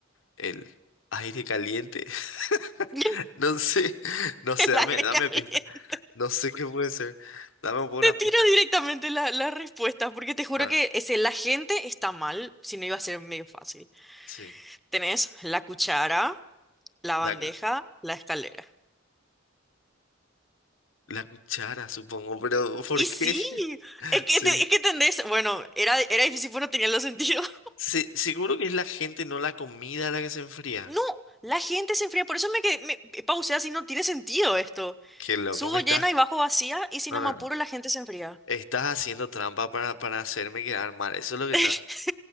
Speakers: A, on the left; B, in the centre.
A: El aire caliente. <laughs>
B: <laughs> El
A: No sé, no sé,
B: aire
A: dame, dame
B: caliente.
A: pista. No sé qué puede ser. Dame por
B: Te
A: una
B: tiro
A: pista.
B: directamente la, la respuesta, porque te juro
A: Ah,
B: que ese, la gente está mal, si no iba a ser medio fácil.
A: sí.
B: Tenés la cuchara, la
A: La,
B: bandeja, la escalera.
A: la cuchara, supongo, pero ¿por
B: Y
A: qué?
B: sí,
A: <laughs>
B: es que,
A: Sí.
B: te- es que entendés, bueno, era, era difícil porque no tenía los sentidos.
A: Sí, seguro que es la gente, no la comida la que se enfría.
B: No, la gente se enfría, por eso me, que- me me pausé así, no tiene sentido esto.
A: Qué loco,
B: Subo
A: ¿me estás?
B: llena y bajo vacía y si
A: No,
B: no
A: no,
B: me apuro
A: no.
B: la gente se enfría.
A: Estás haciendo trampa para, para hacerme quedar mal. Eso es lo que
B: <laughs>
A: está.